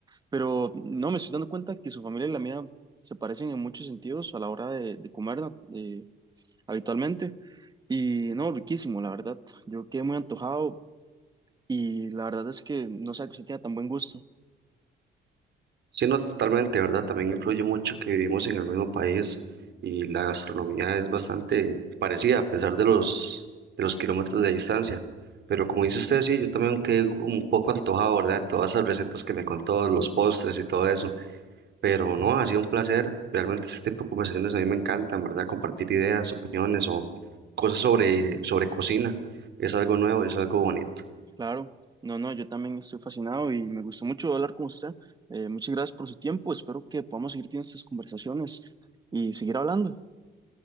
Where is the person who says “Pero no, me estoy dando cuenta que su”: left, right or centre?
Right